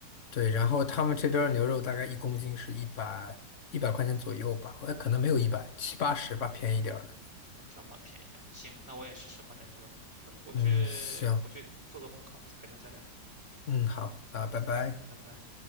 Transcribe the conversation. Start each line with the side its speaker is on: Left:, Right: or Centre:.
Left: 对，然后他们这边儿牛肉大概一公斤是一百一百块钱左右吧，呃，可能没有一百，七八十吧，便宜点儿的。
Right: 哦，这么便宜啊！行，那我也试试换成牛肉。那我去，
Left: 嗯，行，
Right: 我去做做功课，改天再聊，
Left: 嗯，好，那拜拜。
Right: 拜拜。